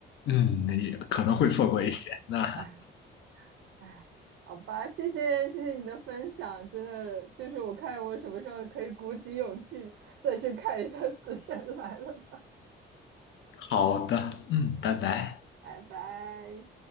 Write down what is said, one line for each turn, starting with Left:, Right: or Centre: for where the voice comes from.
Left: 嗯，也可能会错过一些。那
Right: 哎哎，好吧，谢谢谢谢你的分享，真的就是我看我什么时候可以鼓起勇气再去看一下《死神来了》吧，
Left: 好的，嗯，拜拜。
Right: <laughs> 拜拜。